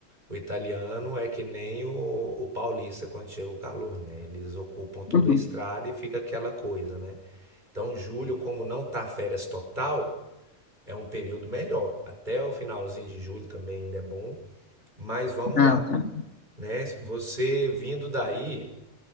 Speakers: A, on the right; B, on the left.
A: O italiano é que nem o, o paulista quando chega o calor, né? Eles ocupam toda
B: uhum.
A: a estrada e fica aquela coisa, né? Então, julho, como não tá férias total, é um período melhor. Até o finalzinho de julho também ainda é bom. Mas vamos
B: Ah,
A: lá,
B: tá.
A: né? Você vindo daí,